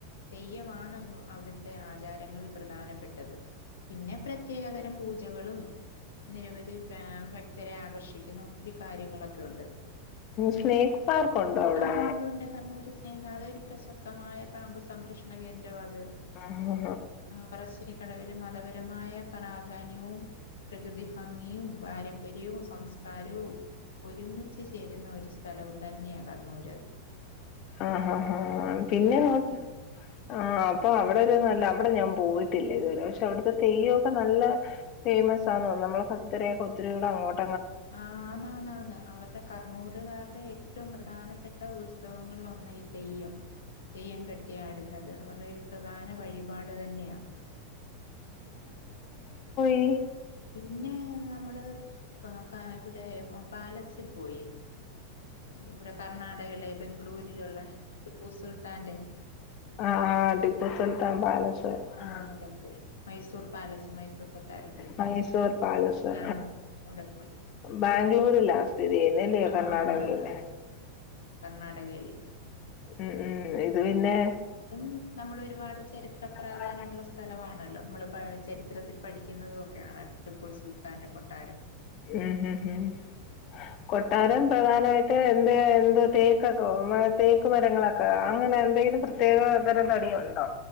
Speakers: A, on the left; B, on the left.
A: തെയമാണ് അവിടുത്തെ ആചാരങ്ങളിൽ പ്രധാനപ്പെട്ടത് പിന്നെ പ്രത്യേകതരം പൂജകളും നിരവധി ഭക്തരെ ആകർഷിക്കുന്ന ഒത്തിരി കാര്യങ്ങളൊക്കെ ഒണ്ട്-
B: സ്നേക്ക് പാർക്ക് ഉണ്ടോ അവിടെ
A: ആ ഒണ്ട് ണ്ട് കണ്ണൂര്സ്നേക്ക് അതൊരു പ്രശസ്തമായ പാമ്പ് സ- സംരക്ഷണകേന്ദ്രമാത്
B: ആഹ്
A: പറശ്ശിനിക്കടവിൽ മതപരമായ പ്രാധാന്യവും പ്രകൃതി ഭംഗിയും പാരമ്പര്യവും സംസ്കാരവും ഒരുമിച്ച് ചേരുന്ന ഒരു സ്ഥലം തന്നെയാണത്-
B: ആ ആഹ് പിന്നെ
A: എല്ലാം
B: എങ്ങോട്ടാ- ആ അപ്പ അവിടെ ഒരു നല്ല അവിടെ ഞാൻ പോയിട്ടില്ല ഇതുവരെ പക്ഷേ അവിടുത്തെ- തെയ്യംഒക്കെ നല്ല- ഫേമസ് ആണെന്ന് തോന്നുന്നു. നമ്മൾ ഭക്തരെ ഒക്കെ ഒത്തിരി കൂടെ അങ്ങോട്ട്-
A: ആനാന്ന് ആന്ന് അവരുടെ കണ്ണൂരുകാരുടെ- ഏറ്റവും പ്രധാനപ്പെട്ട ഉത്സവങ്ങളിൽ ഒന്നാ ഈ തെയ്യം തെയ്യം കിട്ടിയ ആടുന്നത് അവരുടെ ഒരു പ്രധാന പരിപാടി തന്നെയാ-
B: ഏ
A: പിന്നെ നമ്മള്- വാ കൈവിടേവം- പാലസിൽ പോയി ഇവിടെ കർണാടകയിലെ ബാംഗ്ലൂരിലുളേള- ടിപ്പുസുൽത്താന്റെ
B: ആആ ടിപ്പുസുൽത്താൻ പാലസ് ആ
A: ആഹ് അവിടെ പോയി മൈസൂർ പാലസ് മൈസൂർ കൊട്ടാരത്തി
B: മൈസൂർ പാലസ്ആ
A: ആഹ് അവിടെ പോയി
B: ബാംഗ്ലൂരിലാണ് സ്ഥിതി ചെയ്യുന്നത് അല്ലേ ആ
A: ആഹ്
B: കർണാടകയിലെ
A: ആന്നാന്നാന്ന് കർണാടകയില്
B: മ് ഇതു പിന്നെ-
A: ഇതും നമ്മൾഒരുപാട് ചരിത്ര
B: ആഹ്
A: പ്രാധാന്യമുള്ള സ്ഥലമാണല്ലോ നമ്മൾ ചരിത്രത്തിൽ പഠിക്കുന്നത് ഒക്കെയാണല്ലോ ടിപ്പുസുൽത്താന്റെ കൊട്ടാരം-
B: ഉം ഉം <unintelligible> കൊട്ടാരം പ്രധാനമായിട്ട് എന്തുവാ തേക്ക്- <unintelligible> തേക്കുമരങ്ങളെക്കെ അങ്ങനെ എന്തെങ്കിലും പ്രത്യേ <unintelligible> തടിയുണ്ടോ